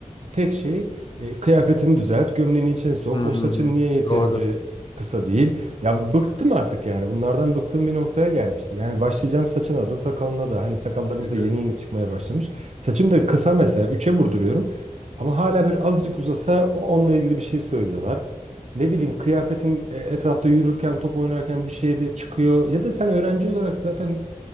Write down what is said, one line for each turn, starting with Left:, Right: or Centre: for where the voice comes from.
Right: Tek şey e, kıyafetini düzelt, gömleğini içine sok.
Left: Hmm.
Right: O saçın niye yeterince
Left: Doğru.
Right: kısa değil? Ya bıktım artık yani. Bunlardan bıktığım bir noktaya gelmişti. Yani başlayacağım saçına da sakalına da. Hani sakallarımız
Left: Evet,
Right: da yeni
Left: evet.
Right: yeni çıkmaya başlamış. Saçım da kısa mesela. Üçe vurduruyorum. Ama hala bir azıcık uzasa o- onunla ilgili bir şey söylüyorlar. Ne bileyim kıyafetin e, etrafta yürürken, top oynarken bir şey de çıkıyor. Ya da sen öğrenci olarak zaten